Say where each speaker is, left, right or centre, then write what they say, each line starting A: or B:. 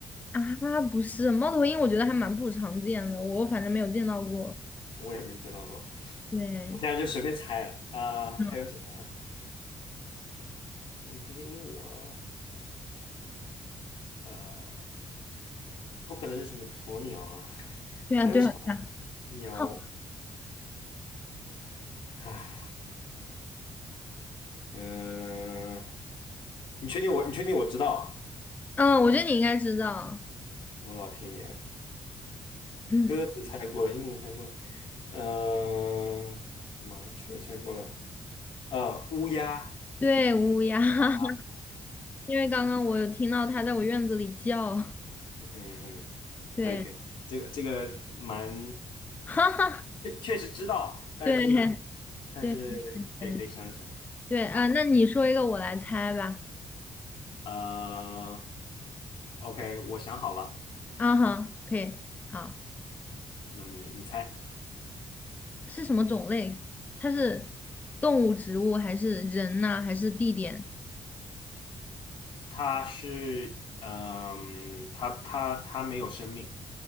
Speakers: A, on the left; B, on the left.
A: 啊，不是猫头鹰，我觉得还蛮不常见的，我反正没有见到过。
B: 我也没见到过。
A: 对。
B: 我现在就随便猜了，呃，还有什么啊
A: 嗯。
B: 哎也不是鹦鹉啊，呃，不可能是什么鸵鸟啊，<laughs>
A: 对啊，
B: 还有什么鸟
A: 对啊，对啊。哦
B: 啊？嗯、你确定我？你确定我知道？
A: 嗯，我觉得你应该知道，
B: 我老天爷，
A: 嗯，
B: 鸽子猜过了，鹦鹉猜过了，呃，麻雀猜过了，呃，乌鸦
A: 对，乌鸦，<laughs>
B: 啊，
A: 因为刚刚我有听到它在我院子里叫，
B: 嗯哼嗯哼。
A: 对，
B: 可以可以，这个这个蛮，
A: <laughs> 哈哈，
B: 确确实知道，但是呢，
A: 对，
B: 但是得得想一想。
A: 对，嗯，对啊，
B: 好，
A: 那你说一个，我来猜吧。
B: 呃，OK，我想好了，
A: 啊哈，可以，好，
B: 那你你猜，
A: 是什么种类？它是动物、植物，还是人呐、还是地点？
B: 它是，嗯、它它它没有生命，